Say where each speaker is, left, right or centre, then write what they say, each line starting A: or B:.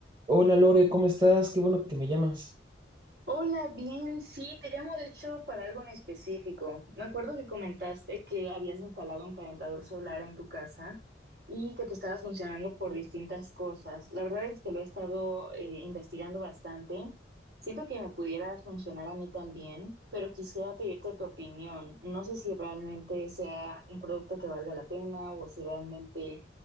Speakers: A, on the right (about 25°); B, on the right (about 65°).
A: Hola Lore, ¿cómo estás? Qué bueno que me llamas.
B: Hola, bien, sí, te llamo de hecho para algo en específico. Me acuerdo que comentaste que habías instalado un calentador solar en tu casa y que te estaba funcionando por distintas cosas. La verdad es que lo he estado eh, investigando bastante. Siento que me pudiera funcionar a mí también, pero quisiera pedirte tu opinión. No sé si realmente sea un producto que valga la pena o si realmente,